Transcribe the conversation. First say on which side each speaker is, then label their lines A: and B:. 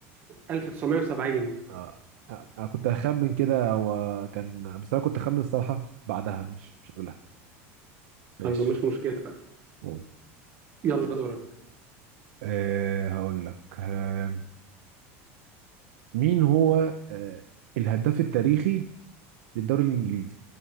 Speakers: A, on the right; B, on the right.
A: 1970
B: اه آه، انا كنت اخمن كده وكان بس انا كنت اخمن الصراحه بعدها مش مش قبلها ماشي
A: يلا مش مشكله بقى.
B: مم.
A: يلا دورك
B: أه هقول لك أه مين هو أه الهداف التاريخي للدوري الانجليزي